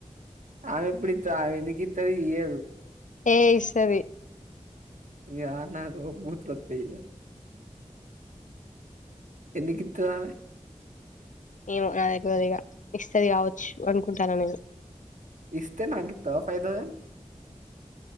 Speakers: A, on the right (about 85°); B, on the left (about 85°).
A: ఆమె ఎప్పుడు ఇత్త ఆమె ఎందుకు ఇత్తది ఇయ్యదు
B: ఏ ఇస్తది
A: ఇగా నాకు బూతులొత్తయి ఇగ ఎందుకు ఇత్తదామె
B: ఏమో నాకుతేల్వది ఇగ ఇస్తది కావచ్చు అనుకుంటానా నేను
A: ఇస్తే నాకు ఇత్తవ ఫైవ్ థౌసేండ్